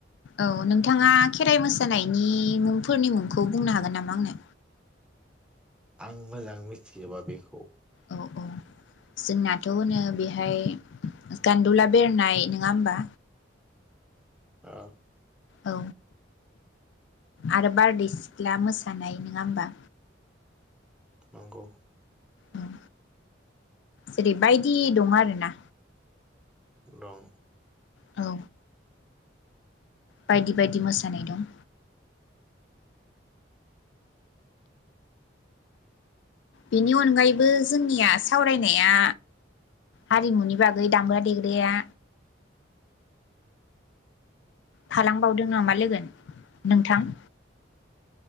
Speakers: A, on the left; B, in the centre.
A: औ नोंथाङा खेराइ मोस सानायनि मुंफोरनि मुंखौ बुंनो हागोन नामा आंनो
B: आं मोजां मिथिजोबा बेखौ
A: औ औ जोंनाथ' होनो बेहाय गान्दुला बेरनाय नङा होमबा?
B: ओ
A: औ आरो बारदै सिख्ला मोसानाय नोङा होमबा?
B: नंगौ।
A: उम जेरै बायदि दं आरो ना।
B: दं
A: औ बायदि बायदि मोसानाय दं। बेनि अनगायैबो जोंनिया सावरायनाया हारिमुनि बागै दामग्रा देग्राया थालांबावदों नामा लोगोन नोंथां?